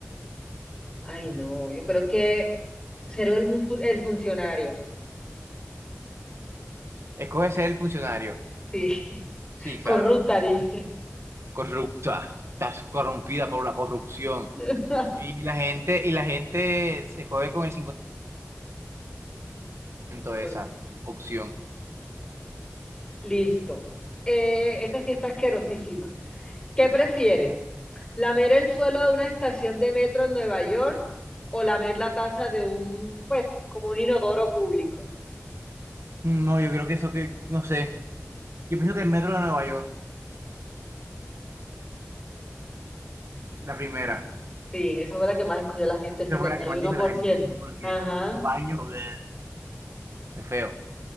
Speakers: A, on the left (about 20°); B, on the right (about 65°).
A: Ay, no, yo creo que ser el, fu- el funcionario.
B: Escoge ser el funcionario.
A: Sí, <laughs>
B: Sí, claro.
A: corrupta, dime.
B: Corrupta. Estás corrompida por la corrupción.
A: <laughs>
B: Y la gente, y la gente se escoge con el 51,4%
A: Por-
B: esa opción.
A: Listo. Eh, esta sí está asquerosísima. ¿Qué prefieres? ¿Lamer el suelo de una estación de metro en Nueva York o lamer la taza de un, pues, como un inodoro público?
B: No, yo creo que eso que, no sé. Yo pienso que el metro de Nueva York, la primera.
A: Sí, esa fue la que más escogió la gente,
B: Esa
A: el setenta
B: fue la que más
A: y uno
B: dijo
A: por
B: la gente,
A: ciento
B: sí, porque
A: Ajá,
B: un baño, bleh, qué feo.